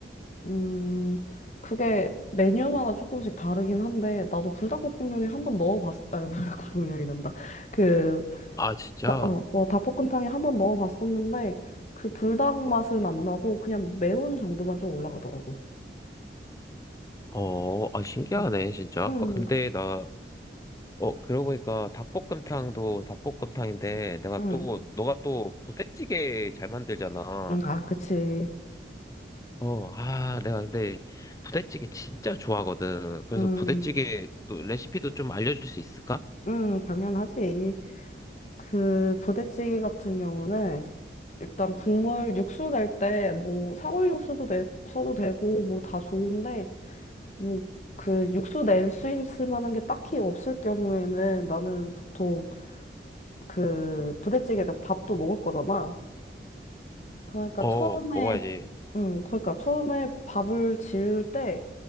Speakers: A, on the left (about 40°); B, on the left (about 20°).
A: 음, 그게 메뉴마다 조금씩 다르긴 한데, 나도 불닭볶음면에 한번 넣어봤, <laughs> 아, 불닭볶음면이란다. 그
B: 아, 진짜?
A: 나- 어, 어, 닭볶음탕에 한 번 넣어봤었는데 그 불닭 맛은 안 나고 그냥 매운 정도만 좀 올라가더라고.
B: 어, 아, 신기하네,
A: 음,
B: 진짜.
A: 음,
B: 아, 근데 나, 어, 그러고 보니까 닭볶음탕도 닭볶음탕인데, 내가
A: 음,
B: 또, 너가 또 부대찌개 잘 만들잖아.
A: 음, 아, 그치.
B: 어, 아, 내가 근데 부대찌개 진짜 좋아하거든. 그래서
A: 음,
B: 부대찌개 또 레시피도 좀 알려줄 수 있을까?
A: 음, 당연하지. 그 부대찌개 같은 경우는 일단 국물 육수 낼 때 뭐 사골 육수도 내, 써도 되고 뭐 다 좋은데 뭐 그 육수 낼 수 있을 만한 게 딱히 없을 경우에는 나는 보통 그 부대찌개에다 밥도 먹을 거잖아. 그러니까
B: 어,
A: 처음에
B: 먹어야지.
A: 음, 그러니까 처음에 밥을 지을 때